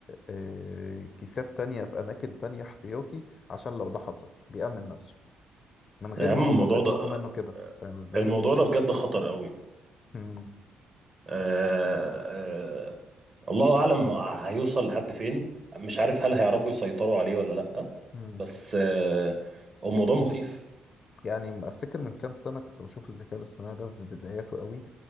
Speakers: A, on the left (about 45°); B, on the right (about 40°).
A: آه، كيسات تانية في أماكن تانية احتياطي عشان لو ده حصل بيأمن نفسه من غير
B: يا عم
A: ما هم
B: الموضوع
A: ما يطلبوا
B: ده
A: منه كده فاهم إزاي؟
B: الموضوع ده بجد خطر قوي
A: مم.
B: آه آه الله اعلم هيوصل لحد فين مش عارف هل هيعرفوا يسيطروا عليه ولا لا
A: مم.
B: بس آه هو موضوع مخيف
A: يعني م- أفتكر من كام سنة كنت بشوف الذكاء الاصطناعي ده في بداياته قوي